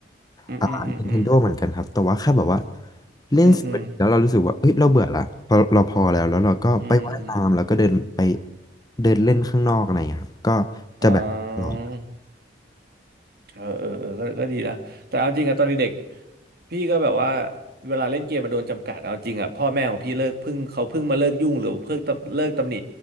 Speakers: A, on the right; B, on the left.
A: อืมอืมอืมอืม
B: อ่า Nintendo เหมือนกันครับแต่ว่าแค่แบบว่าเล่นสิบนาทีแล้วเรารู้สึกว่าเอ้ยเราเบื่อละพอเราพอแล้วแล้วเราก็ไปว่ายน้ำแล้วก็เดินไป
A: อืมอืมอืมอืม
B: เดินเล่นข้างนอกอะไรอย่างเงี้ยครับก็
A: อ่า
B: จะแบบตลอด
A: เออเออเออก็ก็ดีนะแต่เอาจริงอะตอนเด็กๆพี่ก็แบบว่าเวลาเล่นเกมมาโดนจำกัดเอาจริงอะพ่อแม่ของพี่เลิกเพิ่งเขาเพิ่งมาเลิกยุ่งหรือเพิ่งตำเลิกตำหนิ